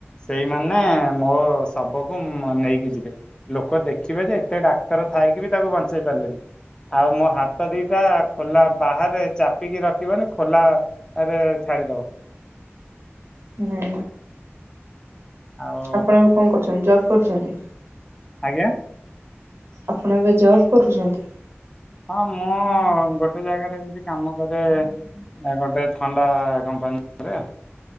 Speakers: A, on the left; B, on the right.
A: ସେଇମାନେ ମୋ ଶବକୁ ଉଁ ନେଇକି ଯିବେ। ଲୋକ ଦେଖିବେ ଯେ ଏତେ ଡାକ୍ତର ଥାଇକି ବି ତାକୁ ବଞ୍ଚେଇ ପାରିଲେନି। ଆଉ ମୋ ହାତ ଦିଇଟା ଖୋଲା ବାହାରେ ଚାପିକି ରଖିବନି ଖୋଲା ରେ ଛାଡ଼ିଦବ।
B: ହୁଁ।
A: ଆଉ
B: ଆପଣ ଏବେ କଣ କରୁଛନ୍ତି ଜବ୍ କରୁଛନ୍ତି?
A: ଆଜ୍ଞା।
B: ଆପଣ ଏବେ ଜବ୍ କରୁଛନ୍ତି?
A: ହଁ ମୁଁ ଗୋଟେ ଜାଗାରେ ଏମତି କାମ କରେ। ଆ ଗୋଟେ ଥଣ୍ଡା କମ୍ପାନୀରେ।